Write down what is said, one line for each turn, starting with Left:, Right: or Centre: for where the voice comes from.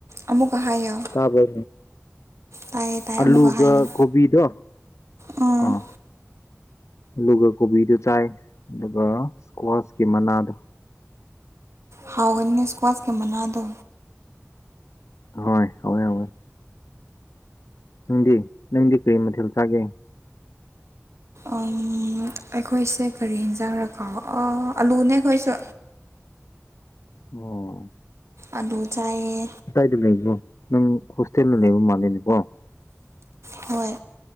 Right: ꯑꯃꯨꯛꯀ ꯍꯥꯏꯌꯣ
Left: ꯇꯥꯕ꯭ꯔꯣ
Right: ꯇꯥꯏꯌꯦ ꯇꯥꯏꯌꯦ ꯑꯃꯨꯛꯀ
Left: ꯑꯜꯂꯨꯒ
Right: ꯍꯥꯏꯌꯣ
Left: ꯀꯣꯕꯤꯗꯣ
Right: ꯎꯝ
Left: ꯑꯥ ꯑꯜꯂꯨꯒ ꯀꯣꯕꯤꯗꯨ ꯆꯥꯏ ꯑꯗꯨꯒ ꯀ꯭ꯋꯥꯁꯀꯤ ꯃꯅꯥꯗꯣ
Right: ꯍꯥꯎꯕꯅꯤꯅꯦ ꯏꯁꯀ꯭ꯋꯥꯁꯀꯤ ꯃꯅꯥꯗ
Left: ꯍꯣꯏ ꯍꯥꯎꯋꯦ ꯍꯥꯎꯋꯦ ꯅꯪꯗꯤ ꯅꯪꯗꯤ ꯀꯔꯤ ꯃꯊꯦꯜ ꯆꯥꯒꯦ
Right: ꯑꯝ ꯑꯩꯈꯣꯏꯁꯦ ꯀꯔꯤ ꯌꯦꯟꯖꯥꯡꯔ ꯀꯥꯎ ꯑ ꯑꯂꯨꯅꯦ ꯑꯩꯈꯣꯏꯁꯨ
Left: ꯑꯣ
Right: ꯑꯂꯨ ꯆꯥꯏꯌꯦ
Left: ꯀꯥꯏꯗ ꯂꯩꯕꯅꯣ ꯅꯪ ꯍꯣꯁꯇꯦꯜꯗ ꯂꯩꯕ ꯃꯥꯜꯂꯦꯅꯦꯀꯣ
Right: ꯍꯣꯏ